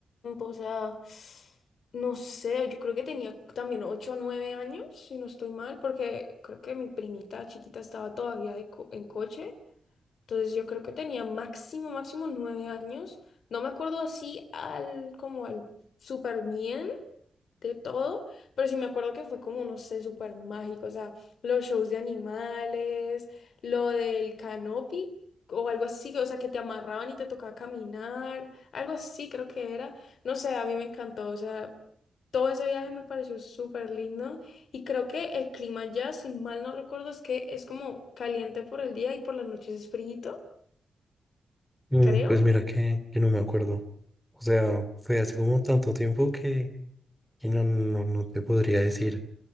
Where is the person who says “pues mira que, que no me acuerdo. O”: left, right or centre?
Centre